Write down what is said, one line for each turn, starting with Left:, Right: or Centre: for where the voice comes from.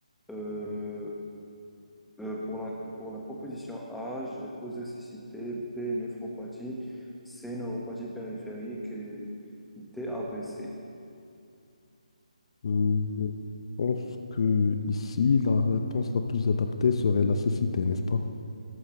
Centre: Euh, euh, pour la, pour la proposition A, j'ai posé cécité, B, néphropathie, C, neuropathie périphérique et D, AVC.
Left: Mm, Je pense que ici, la réponse la plus adaptée serait la cécité, n'est-ce pas?